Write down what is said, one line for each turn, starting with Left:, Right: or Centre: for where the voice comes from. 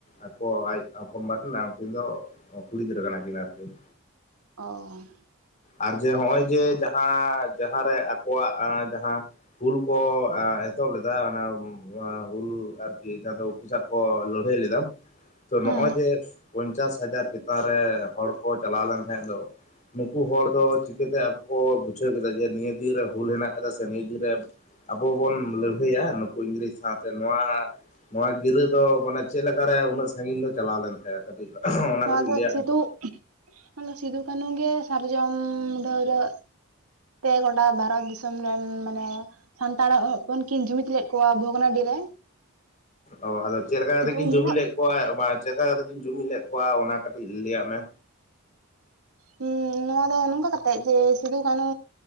Left: ᱟᱠᱚ ᱟᱡ ᱦᱚᱯᱚᱱ ᱵᱟ ᱨᱮᱱ ᱟᱸ ᱩᱱᱠᱤᱱ ᱫᱚ ᱠᱩᱲᱤ ᱜᱤᱫᱽᱨᱟᱹ ᱠᱟᱱᱟ ᱠᱤᱱ ᱟᱨᱠᱤ ᱾
Right: ᱚᱻ
Left: ᱟᱨ ᱡᱮ ᱦᱚᱸᱜᱼᱚᱭ ᱡᱮ ᱡᱟᱦᱟᱸ ᱡᱟᱦᱟᱸᱨᱮ ᱟᱠᱚᱣᱟᱜ ᱟᱸ ᱡᱟᱦᱟᱸ ᱦᱩᱞ ᱠᱚ ᱟᱸ ᱮᱛᱚᱦᱚᱵ ᱞᱮᱫᱟ ᱚᱱᱟ ᱱᱚᱣᱟ ᱦᱩᱞ ᱟᱨᱠᱤ ᱮᱠᱟ ᱫᱚ ᱯᱩᱡᱟ ᱠᱚ ᱞᱟᱹᱰᱷᱟᱹᱭ ᱞᱮᱫᱟ ᱛᱚ
Right: ᱦᱮᱸ
Left: ᱱᱚᱜᱼᱚᱭ ᱡᱮ ᱯᱚᱧᱪᱟᱥ ᱦᱟᱡᱟᱨ ᱪᱮᱛᱟᱱ ᱨᱮ ᱦᱚᱲ ᱠᱚ ᱪᱟᱞᱟᱣ ᱞᱮᱱ ᱛᱟᱦᱮᱫ ᱫᱚ ᱾ ᱩᱱᱠᱩ ᱦᱚᱲ ᱫᱚ ᱪᱤᱠᱟᱹᱛᱮ ᱟᱠᱚ ᱠᱚ ᱵᱩᱡᱷᱟᱹᱣ ᱠᱮᱫᱟ ᱡᱮ, ᱱᱤᱭᱟᱹ ᱫᱤᱱᱨᱮ ᱦᱩᱞ ᱦᱮᱱᱟᱜ ᱟᱠᱟᱫᱟ ᱥᱮ ᱱᱤᱭᱟᱹ ᱫᱤᱱᱨᱮ ᱟᱵᱚ ᱵᱚᱱ ᱞᱟᱹᱲᱦᱟᱹᱭᱟ ᱱᱩᱠᱩ ᱤᱝᱨᱮᱡᱽ ᱥᱟᱶᱛᱮ ᱱᱚᱣᱟ ᱱᱚᱣᱟ ᱜᱤᱨᱟᱹ ᱫᱚ ᱢᱟᱱᱮ ᱪᱮᱫ ᱞᱮᱠᱟ ᱨᱮ ᱩᱱᱟᱹᱜ ᱥᱟᱹᱜᱤᱧ ᱫᱚ ᱪᱟᱞᱟᱣ ᱞᱮᱱᱟ? ᱦᱮᱸ ᱠᱟᱹᱴᱤᱡ <inaudible>
Right: ᱱᱚᱣᱟ ᱫᱚ ᱥᱤᱫᱩ,
Left: ᱢᱮᱥᱮ
Right: ᱱᱚᱣᱟ ᱫᱚ ᱥᱤᱫᱩ ᱠᱟᱹᱱᱩ ᱜᱮ ᱥᱟᱨᱡᱚᱢ ᱰᱟᱹᱣᱨᱟᱹᱜ ᱛᱮ ᱜᱚᱴᱟ ᱵᱷᱟᱨᱚᱛ ᱫᱤᱥᱚᱢ ᱨᱮᱱ ᱢᱟᱱᱮ ᱥᱟᱱᱛᱟᱲ ᱦᱚᱯᱚᱱ ᱠᱤᱱ ᱡᱩᱢᱤᱫ ᱞᱮᱫ ᱠᱚᱣᱟ ᱵᱷᱚᱜᱽᱱᱟᱰᱤ ᱨᱮ᱾
Left: ᱚ ᱟᱫᱚ ᱪᱮᱫ ᱞᱮᱠᱟ ᱠᱟᱛᱮ
Right: ᱩᱱ
Left: ᱠᱤᱱ ᱡᱩᱢᱤᱞ
Right: ᱦᱤᱞᱳᱜ
Left: ᱮᱫ ᱠᱚᱣᱟ ᱵᱟ ᱪᱮᱫ ᱞᱮᱠᱟ ᱠᱟᱛᱮ ᱠᱤᱱ ᱡᱩᱢᱤᱫ ᱞᱮᱫ ᱠᱚᱣᱟ, ᱚᱱᱟ ᱠᱟᱹᱴᱤᱡ ᱞᱟᱹᱭᱟᱜ ᱢᱮ᱾
Right: ᱦᱩᱸ ᱱᱚᱣᱟ ᱫᱚ ᱱᱚᱝᱠᱟ ᱠᱟᱛᱮᱜ ᱡᱮ ᱥᱤᱫᱩ ᱠᱟᱹᱱᱩ